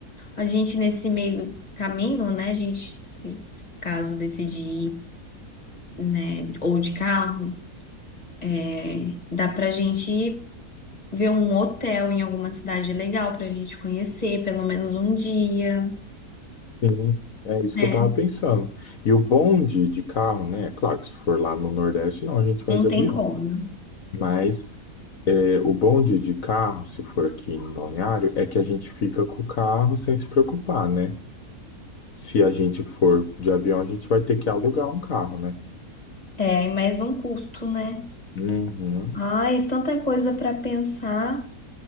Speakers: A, on the left; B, on the left.
A: A gente nesse meio caminho, né? A gente, se caso decidir, ir, né, ou de carro, é, dá pra gente ver um hotel em alguma cidade legal pra gente conhecer pelo menos um dia,
B: Sim, é isso
A: né?
B: que eu tava pensando. E o bonde de carro, né? Claro que se for lá no Nordeste, não, a gente vai
A: Não
B: de
A: tem
B: avião.
A: como.
B: Mas é, o bonde de carro, se for aqui em Balneário, é que a gente fica com o carro sem se preocupar, né? Se a gente for de avião, a gente vai ter que alugar um carro, né?
A: É, e mais um custo, né?
B: Uhum.
A: Ai, tanta coisa para pensar.